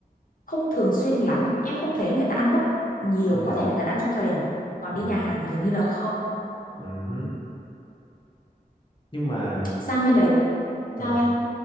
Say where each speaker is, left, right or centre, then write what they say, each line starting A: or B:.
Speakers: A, on the left; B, on the left.
A: không thường xuyên lắm em không thấy người ta ăn bốc nhiều
B: ừ
A: có thể là người ta ăn trong gia đình còn
B: ừ
A: đi nhà hàng thì gần như là không
B: ừ hứ. nhưng mà
A: sang bên đấy
B: ờ
A: sao anh